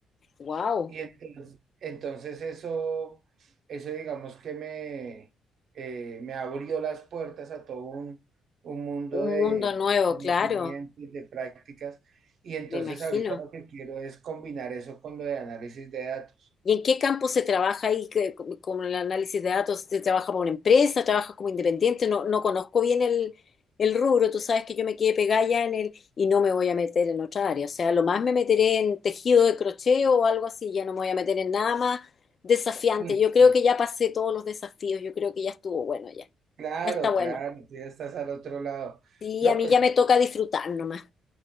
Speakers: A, on the left (about 45°); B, on the right (about 60°).
A: wow,
B: y entonces, entonces eso, eso digamos que me, eh, me abrió las puertas a todo un, un mundo
A: un
B: de,
A: mundo nuevo,
B: de conocimientos,
A: claro,
B: de prácticas. Y entonces
A: me imagino.
B: ahorita lo que quiero es combinar eso con lo de análisis de datos.
A: ¿Y en qué campo se trabaja ahí que- con con el análisis de datos? ¿Se trabaja para una empresa? ¿Trabajas como independiente? No, no conozco bien el, el rubro. Tú sabes que yo me quedé pegada ya en el y no me voy a meter en otra área. O sea, lo más me meteré en tejido de crochet o algo así. Ya no me voy a meter en nada más desafiante.
B: Uy,
A: Yo creo
B: sí,
A: que ya pasé todos los desafíos. Yo creo que ya estuvo bueno ya.
B: claro,
A: Ya está bueno.
B: claro, tú ya estás al otro lado.
A: Sí,
B: No,
A: a mí
B: pero
A: ya me toca disfrutar nomás.